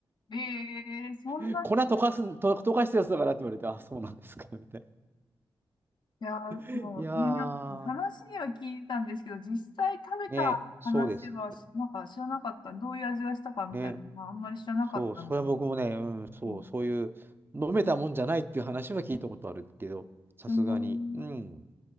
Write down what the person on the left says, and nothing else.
い。えー、そんなに。
<laughs>
いやー、でもね、
なんか話には聞いたんですけど、実際食べた話は、
なんか知らなかった。どういう味がしたかみたいなのは、
あんまり知らなかったんで。
うん、
えー